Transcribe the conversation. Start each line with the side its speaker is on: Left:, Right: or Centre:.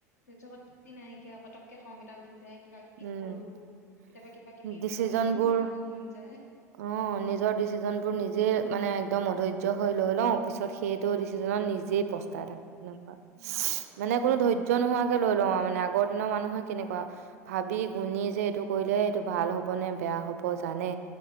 Left: ধৰ্য্য শক্তি নাইকিয়া পাতক কে সংগীতা উঠি যায় কিবা কিবি
Right: উম
Left: কৰো। কেতিয়াবা কিবা কিবি
Right: ডিচিজন
Left: ভাঙি চাঙি
Right: বোৰ
Left: পেলাবও মন যায়
Right: অ নিজৰ ডিচিজন বোৰ নিজে মানে একদম অধৈৰ্য হৈ লৈ লওঁ পিছত সেইটো ডিছে মানে নিজে পস্টাই থাকো সেনেকোৱা
Left: উম
Right: মানে কোনো ধৰ্য্য নোহোৱা হৈ গল মানে আগৰ দিনৰ মানুহে কেনেকুৱা ভাবি গুণি যে এইটো কৰিলে এইটো ভাল হ'ব নে বেয়া হ'ব জানে